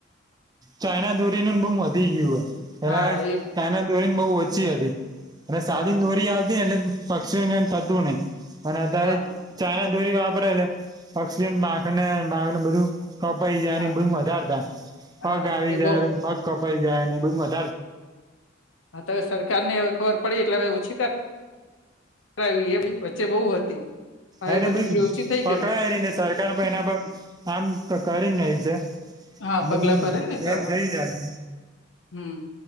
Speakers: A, on the right; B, on the left.
A: ચાઈના દોરીનું ને બહુ મહત ધી ગયુ હે. પેલા
B: હા એ
A: ચાયના દોરીન બહુ ઓછી હતી. અને સાદીન
B: હા
A: દોરી આવતી એટલે પક્ષીઓને કાંઈ થતું નઈ. અને અતારે
B: હા
A: ચાણ દોરી વાપરે એટલે પક્ષીઓને પાંખને પાંખને બધું કપાઈ જાયને
B: હા
A: એ બધું વધાર થાય. પગ
B: હા
A: આવી
B: તે
A: જાય,
B: બહ
A: પગ કપ પાઈ જાયને એ બધું મત
B: હા તો એ સરકારને હવે ખબર પડી. એટલે હવે ઓછી કરાવી હે વચ્ચે બહુ હતી. હવે
A: એને
B: બધું
A: બી
B: થોડી ઓછી થઈ
A: પકડાય
B: ગઈ
A: રને સરકાર પણ એના પર કામ કરીને નહી છે.
B: હહ
A: અને
B: પગલા
A: બધું
B: ભરે ને તો
A: એમ થઈ જાય છે
B: હમ